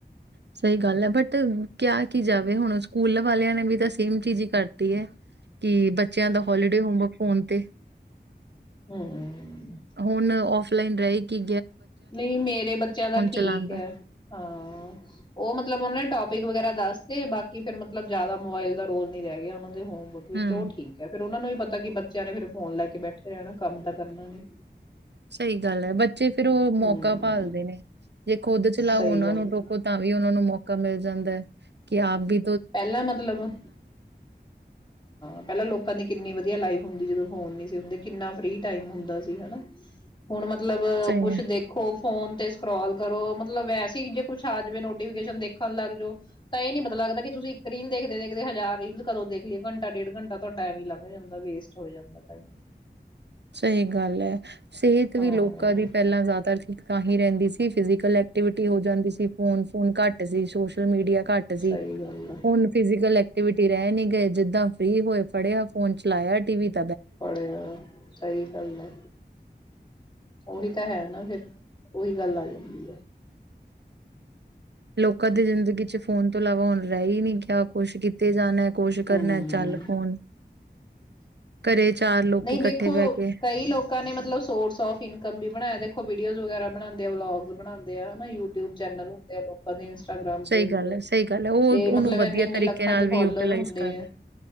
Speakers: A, on the right; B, on the left.
A: ਸਹੀ ਗੱਲ ਹੈ, ਬਟ ਕਿਆ ਕੀ ਜਾਵੇ ਹੁਣ ਸਕੂਲ ਵਾਲਿਆਂ ਨੇ ਵੀ ਤਾਂ ਸੇਮ ਚੀਜ਼ ਹੀ ਕਰਤੀ ਹੈ। ਕਿ ਬੱਚਿਆਂ ਦਾ ਹੋਲੀਡੇ ਹੋਮਵਰਕ ਫੋਨ ਤੇ
B: ਹਮ ਹਮ
A: ਹੁਣ ਓਫਲਾਈਨ ਰਹੇ ਕਿ
B: ਨਹੀਂ ਮੇਰੇ ਬੱਚਿਆਂ ਦਾ ਠੀਕ
A: ਚਲਾਉਣ ਦਾ
B: ਹੈ, ਹਾਂ ਉਹ ਮਤਲਬ ਉਹਨੇ ਟੋਪ ਟੌਪਿਕ ਵਗੈਰਾ ਦੱਸ ਤੇ ਬਾਕਿ ਫਿਰ ਮਤਲਬ ਜ਼ਿਆਦਾ ਮੋਬਾਇਲ ਦਾ ਰੋਲ ਨੀ ਰਹਿ ਗਿਆ। ਉਹਨਾਂ ਦੇ ਹੋਮ ਵਿੱਚ -ਵਿੱਚ
A: ਹਮ
B: ਉਹ ਠੀਕ ਹੈ ਫਿਰ ਉਹਨਾਂ ਨੂੰ ਵੀ ਪਤਾ ਕਿ ਬੱਚਿਆਂ ਨੇ ਫਿਰ ਫੋਨ ਲੈ ਕੇ ਬੈਠੇ ਰਹਿਣਾ ਕੰਮ ਤਾਂ ਕਰਨਾ ਣੀਂ
A: ਸਹੀ ਗੱਲ ਹੈ। ਬੱਚੇ ਫੇਰ ਉਹ ਮੌਕਾ
B: ਹਮ
A: ਭਾਲਦੇ ਨੇ ਜੇ ਖੁੱਦ ਚਲਾਓ
B: ਸਹੀ
A: ਉਹਨਾ
B: ਗੱਲ
A: ਨੂੰ ਟੋਕੋ ਤਾਂ ਵੀ ਉਹਨਾਂ ਨੂੰ ਮੌਕਾ ਮਿਲ ਜਾਂਦਾ। ਕਿ ਆਪ ਬੀ
B: ਪਹਿਲਾਂ ਮਤਲਬ ਹਾਂ ਪਹਿਲਾਂ ਲੋਕਾਂ ਦੀ ਕਿੰਨੀ ਵਧੀਆ ਲਾਈਫ ਹੁੰਦੀ ਜਦੋਂ ਫੋਨ ਨੀ ਸੀ ਹੁੰਦੇ ਕਿੰਨਾ ਫਰੀ ਟਾਈਮ ਹੁੰਦਾ ਸੀ ਹਨਾ ਹੁਣ ਮਤ ਮਤਲਬ
A: ਸਹੀ
B: ਕੁਛ
A: ਹੈ
B: ਦੇਖੋ ਫੋਨ ਤੇ ਸਕਰੋਲ ਕਰੋ ਮਤਲਬ ਵੈਸੇ ਹੀ ਜੇ ਕੁੱਛ ਆ ਜਾਵੇ ਨੋਟੀਫਿਕੇਸ਼ਨ ਦੇਖਣ ਲੱਗ ਜਾਓ ਤਾਂ ਇਹ ਨੀ ਪਤਾ ਲੱਗਦਾ ਕਿ ਤੁਸੀਂ ਇੱਕ ਰੀਲ ਦੇਖਦੇ, ਦੇਖਦੇ ਹਜ਼ਾਰ ਰੀਲ ਕਦੋਂ ਦੇਖ ਲਿਓ ਘੰਟਾ ਡੇਢ ਘੰਟਾ ਤੁਹਾਾ ਟਾਈਮ ਹੀ ਲੰਘ ਜਾਂਦਾ ਵੇਸਟ ਹੋ ਜਾਂਦਾ ਟਾਈਮ
A: ਸਹੀ ਗੱਲ ਹੈ। ਸਿਹਤ
B: ਹਾਂ
A: ਵੀ ਲੋਕਾਂ ਦੀ ਪਹਿਲਾਂ ਜ਼ਿਆਦਾ ਠੀਕ ਤਾਂ ਹੀ ਰਹਿੰਦੀ ਸੀ ਫਿਜ਼ਕਲ ਐਕਟ ਐਕਵਿਟੀ ਹੋ ਜਾਂਦੀ ਸੀ। ਫੋਨ ਫੋਨ ਘੱਟ ਸੀ। ਸੋਸ਼ਲ ਮੀਡੀਆ ਘੱਟ ਸੀ,
B: ਸਹੀ ਗੱਲ ਆ
A: ਹੁਣ ਫਿਜ਼ਕਲ ਐਕਟੀਵਿਟੀ ਰਹਿ ਨਹੀਂ ਗਏ ਜਿੱਦਾਂ ਫ੍ਰਰੀ ਹੋਏ ਫੜਿਆ ਫੋਨ ਚਲਾਇਆ ਟੀ ਵੀ ਤੇ
B: ਪੜਿਆ ਏ ਸਹੀ ਗੱਲ ਹੈ। ਉਹੀ ਤਾਂ ਹੈ ਨਾ ਫੇਰ ਉਹੀ ਗੱਲ ਆ ਜਾਂਦੀ ਹੈ।
A: ਲੋਕਾਂ ਦੀ ਜ਼ਿੰਦਗੀ ਚ ਫੋਨ ਤੋਂ ਇਲਾਵਾ ਹੁਣ ਰਹਿ ਹੀ ਨੀ ਗਿਆ ਕੁਛ ਕੀਤੇ ਜਾਣੇ ਕੁਛ
B: ਹਮ
A: ਕਰਨਾ ਚੱਲ ਫੋਨ ਘਰੇ ਚਾਰ ਲੋਕੀ
B: ਨਹੀਂ
A: ਇਕੱਠੇ
B: ਦੇਖੋ
A: ਬਹਿ ਕੇ
B: ਕਈ ਲੋਕਾਂ ਨੇ ਮਤਲਬ ਸੋਰਸ ਆਫ ਇਨਕਮ ਵੀ ਬਣਾਇਆ ਦੇਖੋ ਵੀਡੀਓਜ਼ ਵਗੈਰਾ ਬਣਾਉਂਦੇ ਆ ਵਲੋਗ ਬਣਾਉਂਦੇ ਆ ਹਨਾ ਯੂਟਿਊਬ ਚੈਨਲ ਹੁੰਦੇ ਆ ਲੋਕਾਂ ਦੇ ਇੰਸਟਾਗ੍ਰਾਮ
A: ਸਹੀ
B: ਤੇ ਹੁੰਦੇ
A: ਗੱਲ ਹੈ, ਸਹੀ ਗੱਲ ਹੈ, ਉਹ
B: ਤੇ
A: ਉਹਨੂੰ
B: ਮਤਲਬ
A: ਵਧੀਆ
B: ਇਨੇ ਇੰਨੇ
A: ਤਰੀਕੇ
B: ਲੱਖਾਂ
A: ਨਾਲ
B: ਚ
A: ਵੀ
B: ਫਲੋਰ
A: ਯੂਟੀਲਾਈਜ਼
B: ਹੁੰਦੇ
A: ਕਰ ਰਹੇ।
B: ਆ